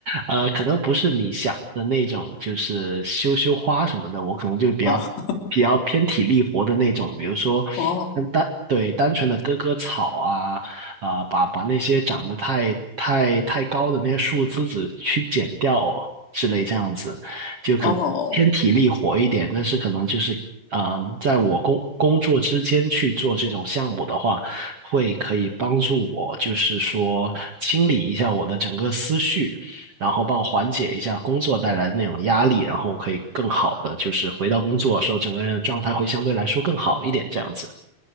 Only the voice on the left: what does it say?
哦
哦
哦，